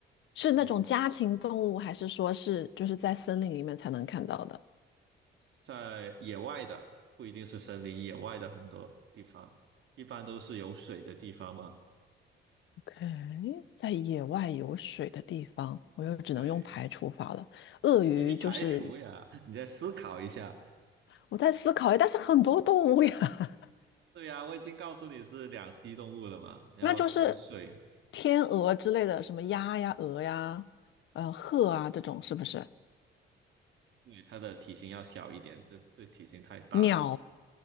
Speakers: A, on the left (about 70°); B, on the right (about 70°).
A: 是那种家禽动物，
B: 对。
A: 还是说是就是在森林里面才能看到的？
B: 在野外的，不一定是森林，野外的很多地方，一般都是有水的地方嘛。
A: OK，在野外有水的地方，我又只能用排除法了。
B: 对，
A: 鳄鱼就是
B: 因为排除呀，你再思考一下。
A: 我在思考，哎，但是很多动物呀，
B: 对呀，我已经告诉你是两栖动物了嘛，
A: <laughs>
B: 然后有水，
A: 那就是天鹅之类的，什么鸭呀、鹅呀、呃、鹤啊这种，是不是？
B: 对，它的体型要小一点，这这体型太大了。
A: 鸟，